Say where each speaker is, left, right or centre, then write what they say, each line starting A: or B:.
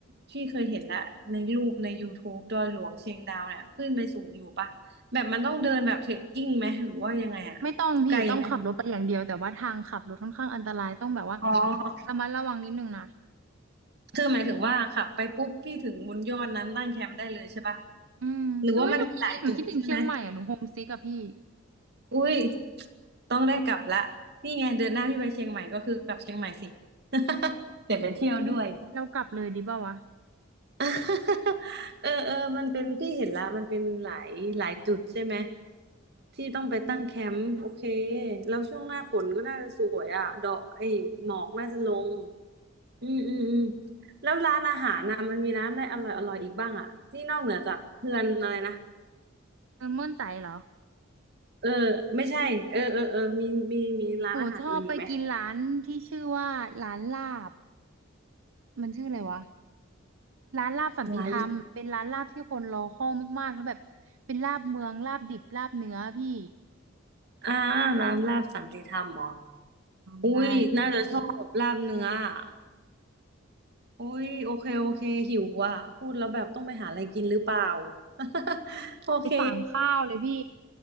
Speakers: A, on the right; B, on the right.
A: พี่เคยเห็นและในรูปในยูทูบ e ดอยหลวงเชียงดาวเนี่ยขึ้นไปสูงอยู่ปะแบบมันต้องเดินแบบเทรคกิ้งไหมหรือว่ายังไงอะไกลไหม
B: ไม่ต้องพี่ต้องขับรถไปอย่างเดียวแต่ว่าทางขับรถค่อนข้างอันตรายต้องแบบว่า
A: อ๋อ
B: ระมัดระวังนิดนึงนะ
A: คือหมายถึงว่าขับไปปุ๊บพี่ถึงบนยอดนั้นตั้งแคมป์ได้เลยใช่ปะ
B: อืมหนูเอ้ยหนูพี่หนูคิดถึงเชียงใหม่อ่ะหนูโฮมซิกอะพี่
A: หรือว่ามันมีหลายจุดใช่ไหมอุ้ยต้องได้กลับละนี่ไงเดือนหน้าพี่ไปเชียงใหม่ก็คือกลับเชียงใหม่สิ <laughs> เดี๋ยวไปเที่ยวด้วย
B: เอ้ยเรากลับเลยดีเปล่าวะ
A: <laughs> เออเออมันเป็นพี่เห็นละมันเป็นหลายหลายจุดใช่ไหมที่ต้องไปตั้งแคมป์โอเค
B: อืม
A: แล้วช่วงหน้าฝนก็น่าจะสวยอ่ะดอกไอ้หมอกน่าจะลง อืมอืมอืมแล้วร้านอาหารนะมันมีร้านอะไรอร่อยอร่อยอีกบ้างอ่ะที่นอกเหนือจากเฮือนอะไรนะ
B: เออม่วนใจเหรอ
A: เออไม่ใช่เออเออเออมีมีมีร้านอาหารอื่นอีกไหม
B: หนูชอบไปกินร้านที่ชื่อว่าร้านลาบมันชื่ออะไรวะร้านลาบสันติธรรมเป็นร้านลาบที่คนรอคอยมากๆแล้วแบบเป็นลาบเมืองลาบดิบลาบเนื้อพี่
A: ร้านอ่าร้านลาบสันติธรรมเหรออุ้ยน่าจะชอบลาบเนื้ออะ
B: ใช่
A: อุ้ยโอเคโอเคหิวอ่ะพูดแล้วแบบต้องไปหาอะไรกินหรือเปล่า <laughs> โอเค
B: ไปสั่งข้าวเลยพี่